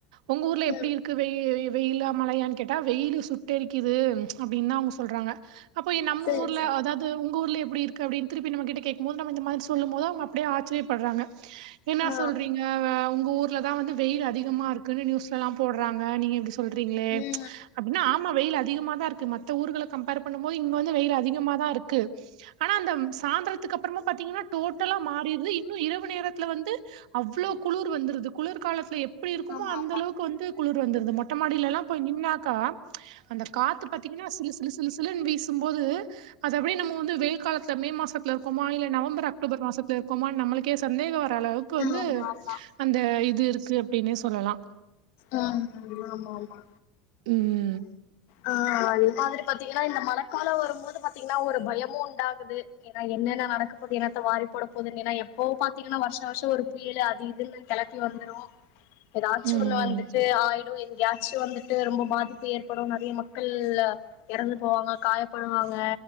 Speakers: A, on the right; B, on the left.
A: உங்க ஊர்ல எப்டி
B: ம்
A: இருக்கு வெய் வெயிலா மழையான்னு கேட்டா வெயிலு சுட்டெரிக்கு இது அப்டின்னு தா அவுங்க சொல்றாங்க அப்போ நம்ம
B: சேரி
A: ஊர்ல
B: சேரி
A: அதாவது இது உங்க ஊர்ல எப்டி இருக்கு அப்டி திருப்பி நம்மகிட்ட கேக்கும்போது நம்ம இந்த மாதிரி சொல்லும் போது அவுங்க அப்டியே ஆச்சரியப்படுறாங்க என்னா
B: ஆ
A: சொல்றீங்க உங்க ஊர்லதா வந்து வெயில் அதிகமா இருக்குன்னு நியூஸ்ல எல்லா போடுறாங்க நீங்க எப்டி சொல்றீங்களே
B: ம்
A: அப்டின்னா ஆமா வெயில் அ திகமா தா இருக்கு மத்த ஊர்கள கம்பேர் பண்ணும் போது இங்க வந்து வெயில் அதிகமா தா இருக்கு ஆனா அந்த சாந்திரத்துக்கு அப்புறமா பாத்தீங்கன்னா டோட்டலா மாறிடுது இன் ன்னு இரவு நேரத்துல வந்து அவ்வளோ குளிர் வந்துருது குளிர்காலத்துல எப் ப்டி இருக்குமோ
B: ஆமா
A: அந்த
B: ஆமா
A: அளவுக்கு வந்து குளிர் வந்திருது மொட்ட மாடியில எல்லாம் போய் நின்னாக்கா அந்த காத்து பாத்தீங்கன்னா சிலு சிலு சிலுன்னு வீசும்போது அது எப்டி நம்ம வந்து வெயில் காலத்துல மே மாசத்துல இருக்கோமா இல்ல நவம்பர் அக்டோபர் மாசத்துல இருக்கோமா நம்மளுக்கு க்கே சந்தேகம் வர்ற அளவுக்கு வந்து
B: ஆமா ஆமா
A: அந்த இது இருக்கு அப்டின்னே சொல்லலா
B: ஆ ஆமா ஆமா
A: உம்
B: ஆ அது மாதிரி பாத்தீங்கன்னா இந்த மழக்காலோ வரும் போது பாத்தீங்கன்னா ஒரு பயமும் உண்டாகுது ஏன்னா என்னன்ன நடக்க போது என்னத்த வாரி போட போகுதுன்னு ஏன்னா எப்போவும் பாத்தீங்கன்னா வருஷா வருஷோ ஒரு புயல் அது இதுன்னு கலக்கி வந்துரு
A: <unintelligible>
B: எதாச்சு
A: ம்
B: ஒண்ணான் ஆயிடும் எங்காச்சும் வந்துட்டு ரொம்ப பாதிப்பு ஏற்படும் நெறைய மக்கள் அ எறந்து போவாங்க காய படுவாங்க